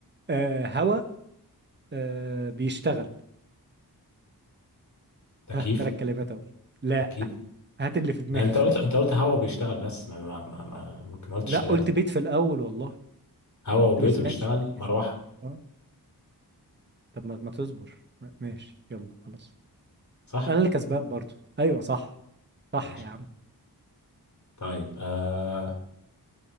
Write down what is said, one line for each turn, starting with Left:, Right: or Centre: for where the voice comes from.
Right: آه هوا آه بيشتغل
Left: تكييف
Right: ها ثلاث كلمات اهو لا
Left: تكييف
Right: هات اللي في دماغي
Left: لا انت
Right: <laughs>
Left: قلت انت قلت هوا بيشتغل بس ما ما ما ما, ما قلتش
Right: لا
Left: ثلاثة
Right: قلت بيت في الاول والله
Left: هوا وبيته
Right: انت ما سمعتش
Left: بيشتغل
Right: ما ركزتش.
Left: مروحة
Right: اه طب ما ما تصبر ماشي يلا خلاص
Left: صح
Right: انا اللي كسبان برضو ايوه صح صح
Left: ماشي
Right: يا عم
Left: طيب آه